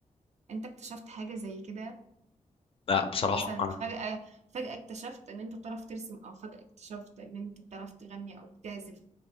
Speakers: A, on the right; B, on the left.
A: انت اكتشفت حاجة زي كده
B: لا بصراحه
A: مثلا
B: انا
A: فجأة فجأة اكتشفت ان انت بتعرف ترسم او فجأة اكتشفت ان انت بتعرف تغني او بتعزف